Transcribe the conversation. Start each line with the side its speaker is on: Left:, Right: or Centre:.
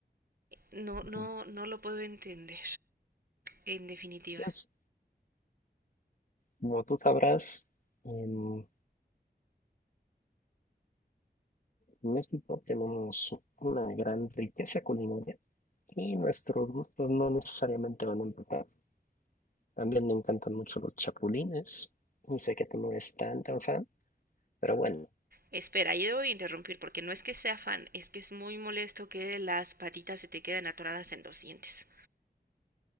Right: No,
Left: Ujú.
Right: no, no lo puedo entender. En definitiva.
Left: Pues, como tú sabrás, en México tenemos una gran riqueza culinaria y nuestros gustos no necesariamente van a empezar. También me encantan mucho los chapulines. Y sé que tú no eres tan, tan fan, pero bueno,
Right: Espera, yo debo de interrumpir porque no es que sea fan, es que es muy molesto que las patitas se te queden atoradas en los dientes.